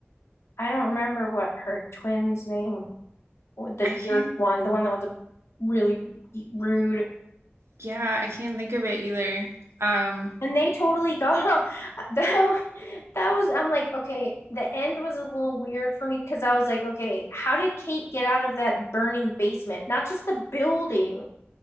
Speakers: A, on the left (about 80°); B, on the right (about 75°).
A: I don't remember what her twin's name the
B: I can't
A: jerk one, the one that was a really rude.
B: yeah, I can't think of it either. Um
A: And they totally <laughs> got that. That was, I'm like, okay, the end was a little weird for me because I was like, okay, how did Kate get out of that burning basement? Not just the building,